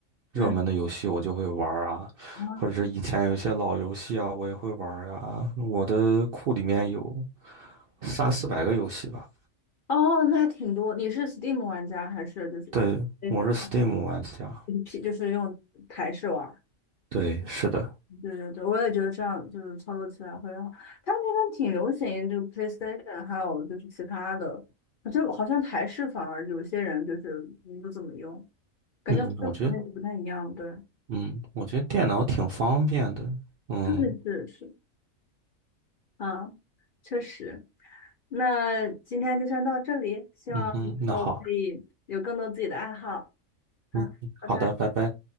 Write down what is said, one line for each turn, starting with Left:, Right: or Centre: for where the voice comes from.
Left: 嗯，
Right: 热门的游戏，我就会玩儿啊，
Left: 嗯
Right: 或者是以前有一些老游戏啊，我也会玩儿呀。我的库里面有三四百个游戏吧。
Left: 哦，那还挺多。你是 Steam 玩家还是就是那个
Right: 对，我是 Steam 玩家。
Left: 就是 P 就是用台式玩？
Right: 对，是的。
Left: 对对对，我也觉得这样就是操作起来会好。他们那边挺流行这个 PlayStation，还有就是其他的，就好像台式反而有些人就是嗯不怎么用，感觉跟国内就不太一样。
Right: 嗯，我觉得，
Left: 对，
Right: 嗯，我觉得电脑挺方便的。嗯
Left: 对，是是啊，确实。那今天就先到这里，希望你以后可以有更多自己的爱好。
Right: 嗯哼，那好，
Left: 好，
Right: 嗯，
Left: 拜拜。
Right: 好的，拜拜。